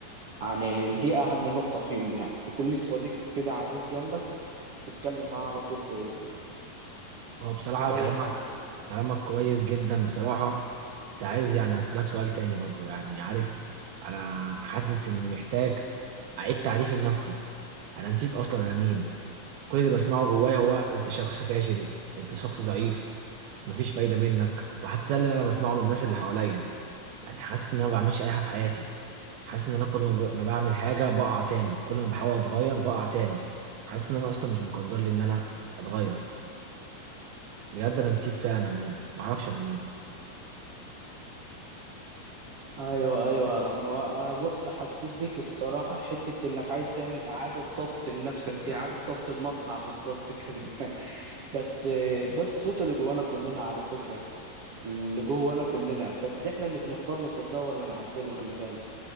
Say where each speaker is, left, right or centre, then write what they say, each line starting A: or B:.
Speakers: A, on the right (about 60°); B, on the right (about 80°).
A: يعني دي أهم نقطة فيهم يعني يكون لك صديق كده عزيز جنبك تتكلم معاه على طول في
B: هو بصراحة
A: في
B: كلامك
A: أي حاجة
B: كلامك كويس جدا بصراحة بس عايز يعني أسألك سؤال تاني برضو يعني عارف أنا حاسس إني محتاج أعيد تعريفي لنفسي أنا نسيت أصلا أنا مين كل اللي بسمعه جوايا هو أنت شخص فاشل أنت شخص ضعيف مفيش فايدة منك وحتى اللي أنا بسمعه من الناس اللي حواليا يعني حاسس إن أنا ما بعملش أي حاجة في حياتي حاسس إن أنا كل ما ب- ما بعمل حاجة بقع تاني كل ما بحاول أتغير بقع تاني حاسس إن أنا أصلا مش مقدر لي إن أنا أتغير بجد انا نسيت فعلا انا مين معرفش انا مين
A: ايوه ايوه ما- بص حسيت بيك الصراحه حته انك عايز تعمل اعاده ضبط لنفسك دي اعاده ضبط المصنع بالظبط كده <laughs> بس آه، ده الصوت اللي جوانا كلنا على فكره اللي جوانا كلنا بس احنا اللي بنختار نصدقه ولا نعدله خلي بالك